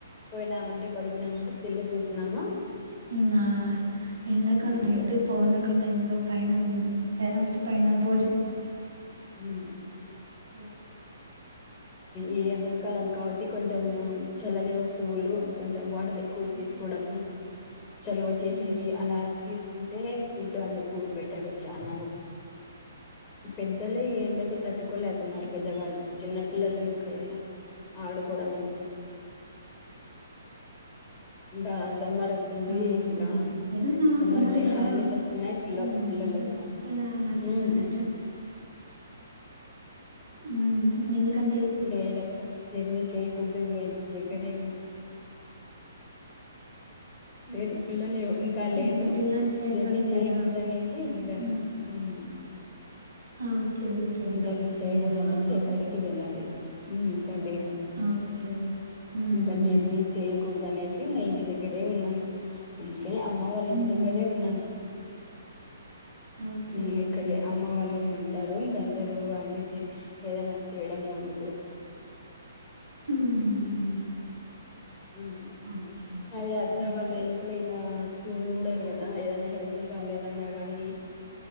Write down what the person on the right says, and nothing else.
ఇంగ ఎండాకాలం
నైటు పౌర్ణమి టైమ్ లో పైన మి టెరెస్ట్ పైన భోజ
తరు
హ్మ్.
అవునవును.
ఏదన్నా
గదా!
హ్మ్.
ట్రిప్‌కెళ్ళాలి అలా
ఏమైనా హుమ్ ఎందుకం
ఎందుకంటే ఇలాంటి టైంలోనే
గదా!
హ్మ్.
ఆ ఓకే. ఓకే. ఇంకా
పిల్లలు
లేరా?
ఓకే.
ఓకే. హ్మ్.
హ్మ్.
హ్మ్.
ఓకే.
ఓకే.
అలాగైతే
హ్మ్.
ఓకే.
అలాగైతే